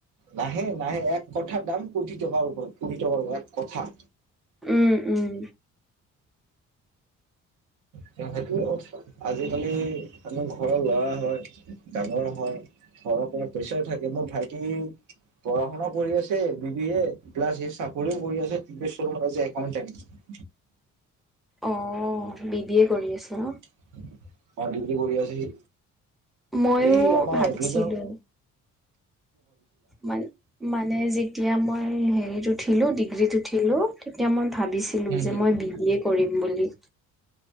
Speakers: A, on the right; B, in the centre.
A: নাহে নাহে এক কথাৰ দাম কোটি টকাৰ ওৰত কোটি টকাৰ এক কথা।
B: উম উম।
A: সেইটোৱে কথা আজিকালি আমি ঘৰৰ লৰা হয় ডাঙৰ হয়। ঘৰৰ পৰা প্ৰেচাৰ থাকে মোৰ ভাইটি পঢ়া শুনাও কৰি আছে B B A plus C চাকৰিও কৰি আছে <unintelligible> শ্বোৰোমত আজি একাউণ্টেণ্ট।
B: অ, বি বি এ কৰি আছে ন?
A: অ, ডিগ্ৰী পঢ়ি আছে সি।
B: ময়ো
A: এই আমাৰ
B: ভাবিছিলোঁ
A: ৰিজ
B: মান-মানে যেতিয়া মই হেৰিত উঠিলো ডিগ্ৰীত উঠিলোঁ তেতিয়া মন ভাবিছিলোঁ
A: হম
B: যে
A: হম
B: মই বি ডী এ কৰিম বুলি।